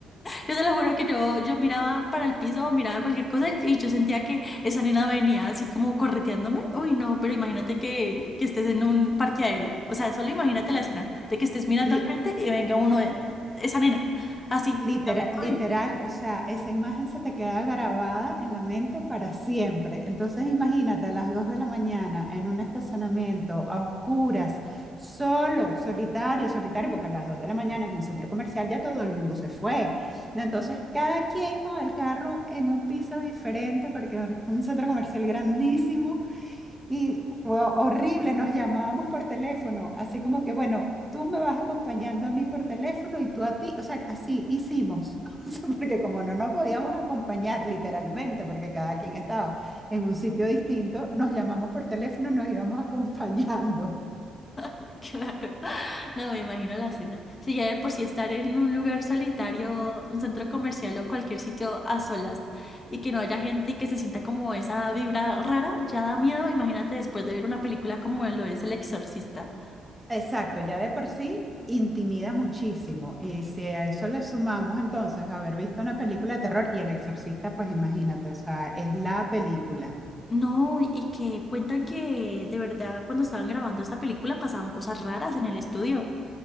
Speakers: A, on the left; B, in the centre.
A: Yo te lo juro que yo, yo miraba para el piso, miraba cualquier cosa y yo sentía que esa nena venía así como correteándome. Uy, no, pero imagínate que, que estés en un parqueadero. O sea, solo imagínate
B: Y
A: la escena de que estés mirando
B: li-
A: al frente y venga uno, eh, esa nena, así.
B: Literal, literal,
A: Uy.
B: o sea, esa imagen se te queda grabada en la mente para siempre. Entonces, imagínate a las 2 de la mañana en un estacionamiento a oscuras, solo, solitario, solitario, porque a las 2 de la mañana en un centro comercial ya todo el mundo se fue. Entonces, cada quien con el carro en un piso diferente, porque es un centro comercial grandísimo y fue horrible, nos llamábamos por teléfono, así como que, bueno, tú me vas acompañando a mí por teléfono y tú a ti, o sea, así hicimos, <laughs> O sea, porque como no nos podíamos acompañar literalmente, porque cada quien estaba en un sitio distinto, nos llamamos por teléfono y nos íbamos <laughs> acompañando.
A: <laughs> Claro, no me imagino la escena. Si ya de por sí estar en un lugar solitario, un centro comercial o cualquier sitio a solas y que no haya gente y que se sienta como esa vibra rara, ya da miedo. Imagínate después de ver una película como lo es El Exorcista.
B: Exacto, ya de por sí intimida muchísimo. Y si a eso le sumamos entonces haber visto una película de terror y El Exorcista, pues imagínate, o sea, es la película.
A: No, y que cuentan que de verdad cuando estaban grabando esta película pasaban cosas raras en el estudio.